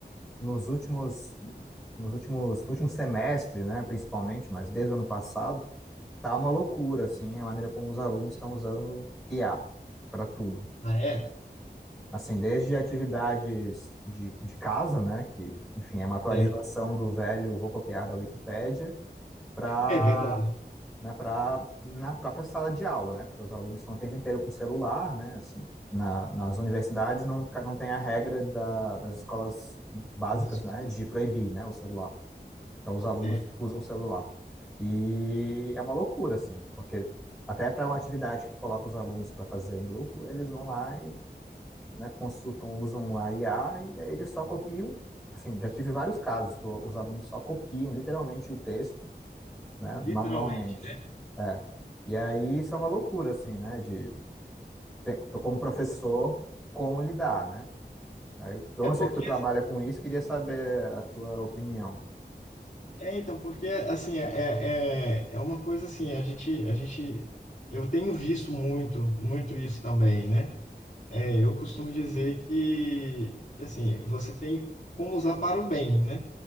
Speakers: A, in the centre; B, on the left.
A: nos últimos, nos últimos, no último semestre, né, principalmente, mas desde o ano passado, tá uma loucura, assim, a maneira como os alunos estão usando IA para tudo.
B: Ah, é?
A: Assim, desde atividades de, de casa, né, que, enfim, é uma atualização
B: É,
A: do velho vou copiar da Wikipédia, para
B: é verdade.
A: né, para na própria sala de aula, né, porque os alunos estão o tempo inteiro com celular, né, assim, na, nas universidades não, ca- não tem a regra da, das escolas básicas,
B: Essas
A: né,
B: coisas.
A: de proibir, né, o celular. Então, os alunos
B: É,
A: usam o celular. E é uma loucura, assim, porque até para uma atividade que tu coloca os alunos para fazer em grupo, eles vão lá né, consultam, usam a IA e aí eles só copiam. Assim, já tive vários casos que os alunos só copiam literalmente o texto, né,
B: literalmente,
A: manualmente.
B: né?
A: É. E aí isso é uma loucura, assim, né, de ter- como professor, como lidar, né? Aí, eu
B: É
A: não
B: porque,
A: sei que tu trabalha com isso, queria saber a tua opinião.
B: é então, porque assim, é, é, é é uma coisa assim, a gente, a gente, eu tenho visto muito, muito isso também, né? É, eu costumo dizer que, que assim, você tem como usar para o bem, né?